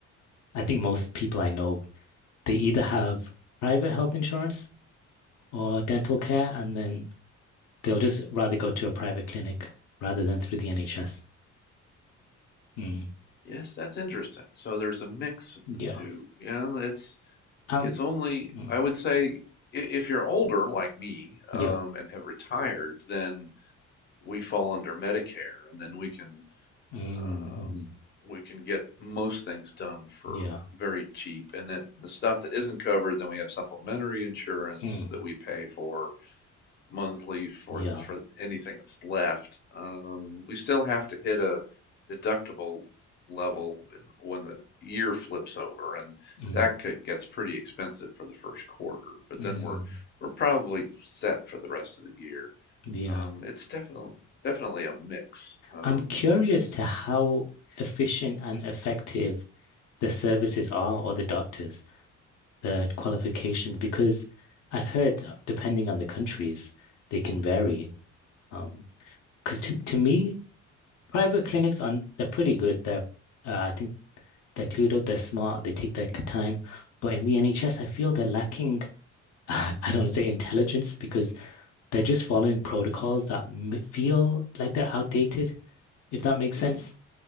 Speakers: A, on the left; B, on the left.
A: I think most people I know, they either have private health insurance or dental care, and then they'll just rather go to a private clinic rather than through the NHS. Mm,
B: Yes, that's interesting. So there's a mix of
A: yeah.
B: the two. Yeah, it's
A: Um,
B: it's only
A: mm,
B: I would say i- if you're older like me um,
A: yeah.
B: and have retired, then we fall under Medicare, and then we can
A: Mm,
B: um,
A: mhm,
B: we can get most things done for
A: yeah.
B: very cheap. And that, the stuff that isn't covered, then we have supplementary insurance
A: Mm,
B: that we pay for monthly for,
A: yeah.
B: for anything that's left. Um, we still have to hit a deductible level in- when the year flips over and
A: Mm,
B: that could, gets pretty expensive for the first quarter, but
A: mm,
B: then we're, we're probably set for the rest of the year.
A: yeah.
B: Um, it's definitely, definitely a mix. Um,
A: I'm curious to how efficient and effective the services are or the doctors, the qualifications, because I've heard, uh, depending on the countries, they can vary. Um, Because to, to me, private clinics are they're pretty good. They're uh, I think they're clued up, they're smart, they take their time. But in the NHS, I feel they're lacking, <laughs> I don't want to say intelligence because they're just following protocols that m feel like they're outdated, if that makes
B: hmm,
A: sense.